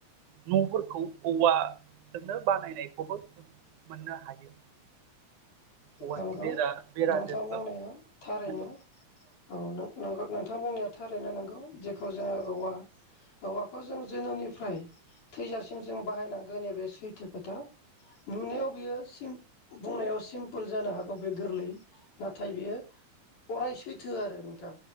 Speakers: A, on the right; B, on the left.
A: न'फोरखौ औवाजोंनो बानायनायखौबो जों मोननो हायो। औवानि
B: नंगौ
A: बेरा बेराजोंबो
B: नोंथां बुंनाया थारैनो
A: नंगौ
B: औ नोंथां बुंनाया थारैनो नौ। जेखौ जोंङो औवा औवाखौ जों जोनोमनिफ्राय थैजासिम जों बाहायनांगोन नैबे सैथो खोथा। नुनायाव बेयो। म बुंनायाव सिम। बुल जानो हागौ बे गोरलै नाथाय बेयो अराय सैथो आरो नोंथां